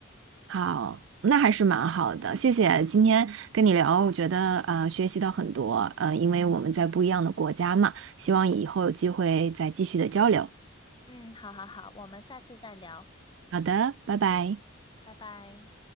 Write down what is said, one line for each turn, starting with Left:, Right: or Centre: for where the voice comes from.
Right: 好，那还是蛮好的，谢谢今天跟你聊，我觉得呃学习到很多，呃，因为我们在不一样的国家嘛，希望以后有机会再继续的交流。
Left: 嗯，好好好，我们下次再聊，
Right: 好的，拜拜。
Left: 拜拜。